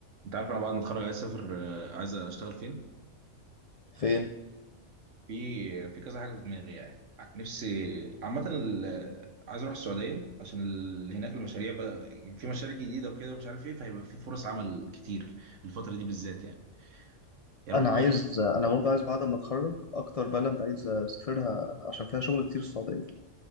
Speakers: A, on the right; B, on the left.
A: انت عارف انا بعد ما اتخرج عايز اسافر آه، عايز اشتغل فين
B: فين
A: في في كذا حاجه في دماغي يعني ع- نفسي عامه ال- آه، عايز اروح السعوديه عشان ال- هناك المشاريع بقى في مشاريع جديده وكده ومش عارف ايه فهيبقى في فرص عمل كتير الفتره دي بالذات يعني يا رب
B: انا عايز انا برضه عايز بعد ما اتخرج اكتر بلد عايز اسافرها عشان فيها شغل كتير السعوديه